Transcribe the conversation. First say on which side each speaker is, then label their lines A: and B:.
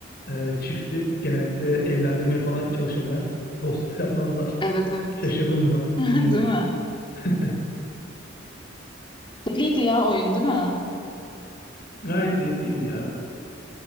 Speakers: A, on the left (about 55°); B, on the left (about 25°).
A: e, çifti genellikle evlendirmeye falan çalışırlar. Dost yapmazlar.
B: Evet evet.
A: Şaşırdım buna.
B: <laughs>
A: Bilmiyordum.
B: Değil mi?
A: <laughs>
B: Belliydi ya oyun değil mi?
A: Gayet zevkliydi ya.